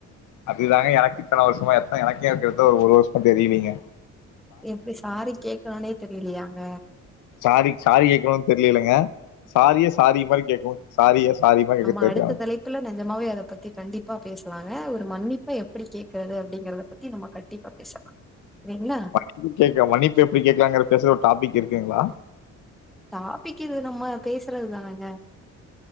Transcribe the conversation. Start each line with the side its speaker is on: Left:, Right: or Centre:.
Left: அதுதாங்க எனக்கு இத்தன வர்ஷமா எத்தன எனக்கே அது ஒரு வர்ஷமா தெரீலீங்க
Centre: எப்டி சாரி கேக்கனுனே தெரியிலயாங்க
Left: சாரி சாரி கேட்கணு தெரியலங்க சாரிய சாரி மாரி கேக்கணு சாரிய சாரி மாரி
Centre: நம்மா
Left: கேட்க தெரியல
Centre: அடுத்த தலைப்புல நெஜமாவே அத பத்தி கண்டிப்பா பேஸ்லாங்க ஒரு மன்னிப் பு எப்டி கேக் கருது அப்டிங்கறத பத்தி நம்ம கட் டீப்பா பேசலா சரிங்களா
Left: மன்னிப் கே மணிப் எப்டி கேட்கலாங்ற பேசுற ஒரு டாப்பிக் இருக்குங்ளா
Centre: டாப்பிக்கிது நம்ம பேசறதுதானங்க